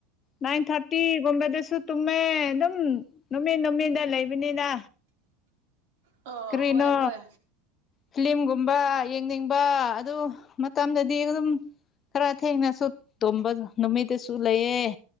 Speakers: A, on the left; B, on the right.
A: ꯅꯥꯏꯟ ꯊꯥꯔꯇꯤꯒꯨꯝꯕꯗꯁꯨ ꯇꯨꯝꯃꯦ ꯑꯗꯨꯝ ꯅꯨꯃꯤꯠ ꯅꯨꯃꯤꯗ ꯂꯩꯕꯅꯤꯗ
B: ꯑꯣ
A: ꯀꯔꯤꯅꯣ
B: ꯍꯣꯏ ꯍꯣꯏ
A: ꯐꯤꯂꯝꯒꯨꯝꯕ ꯌꯦꯡꯅꯤꯡꯕ ꯑꯗꯨ ꯃꯇꯝꯗꯗꯤ ꯗꯤ ꯑꯗꯨꯝ ꯈꯔ ꯊꯦꯡꯅꯁꯨ ꯇꯨꯝꯝꯕ ꯅꯨꯃꯤꯠꯇꯁꯨ ꯂꯩꯌꯦꯦ